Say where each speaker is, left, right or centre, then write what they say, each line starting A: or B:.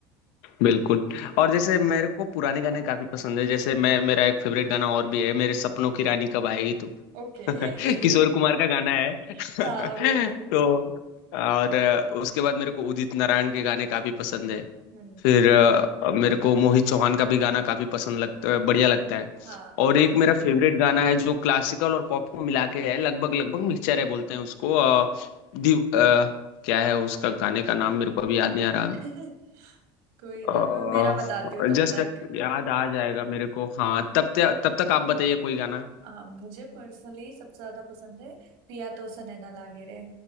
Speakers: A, on the left; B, on the right.
A: बिल्कुल और जैसे मेरे को पुराने गाने काफी पसंद है जैसे मैं मेरा एक फेवरेट गाना और भी है मेरे सपनों की रानी कब आएगी तू
B: Okay
A: <laughs> किशोर
B: <laughs>
A: कुमार का गाना है <laughs>
B: हाँ बिल्कुल
A: तो और अ, उसके बाद मेरे को उदित नारायण के गाने काफी पसंद है
B: हम्म
A: फिर अ, मेरे को मोहित चौहान का भी गाना काफी पसंद लगता बढ़िया लगता है
B: हाँ
A: और एक मेरा फेवरेट गाना है जो क्लासिकल और पॉप को मिला के है लगभग लगभग मिक्सचर है बोलते हैं उसको अ, दिव अ, क्या है उसका गाने का नाम मेरे को अभी याद नहीं आ रहा
B: <laughs> कोई
A: अह
B: ना मैं मेरा बताती हूँ तब
A: जस्ट
B: तक
A: याद आ जाएगा मेरे को हाँ तब तक तब तक आप बताइए कोई गाना
B: आ, मुझे पर्सनली सबसे ज्यादा पसंद है पिया तो सनैना लागे रे